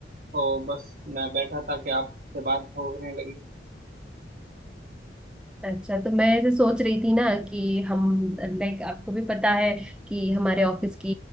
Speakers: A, on the right (about 55°); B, in the centre.
A: तो बस मैं बैठा था कि आपसे बात होने लगी
B: अच्छा तो मैं ऐसे सोच रही थी ना कि हम लाइक आपको भी पता है कि हमारे ऑफिस की